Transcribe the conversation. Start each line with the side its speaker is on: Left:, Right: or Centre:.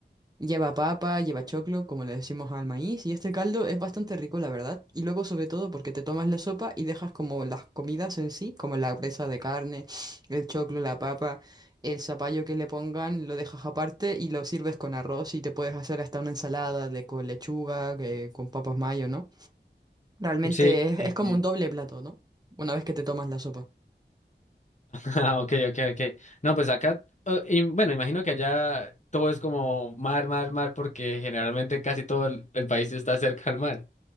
Right: Lleva papa, lleva choclo, como le decimos al maíz, y este caldo es bastante rico, la verdad. Y luego, sobre todo, porque te tomas la sopa y dejas como las comidas en sí, como la presa de carne, el choclo, la papa, el zapallo que le pongan, lo dejas aparte y lo sirves con arroz y te puedes hacer hasta una ensalada de con lechuga, que- con papas mayo, ¿no? Realmente
Left: Sí,
Right: es,
Left: sí,
Right: es como
Left: sí.
Right: un doble plato, ¿no? Una vez que te tomas la sopa.
Left: Ah, ok, ok, ok. No, pues acá, eh, y bueno, imagino que allá todo es como mar, mar, mar, porque generalmente casi todo el, el país está cerca al mar.